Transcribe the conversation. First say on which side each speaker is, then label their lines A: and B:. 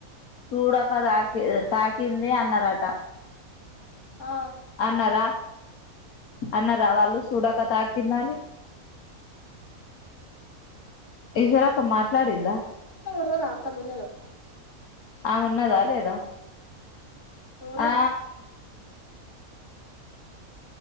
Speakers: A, on the left; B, on the left.
A: చూడక తాకి తాకింది అన్నారట.
B: ఆ
A: అన్నరా అన్న రా వాళ్ళు చూడక తాకింది అని ఈశ్వరక్క మాట్లాడిందా.
B: డతరా అక్క పిల్లలు
A: ఆ ఉన్నదా లేదా
B: ఎవలు
A: ఆ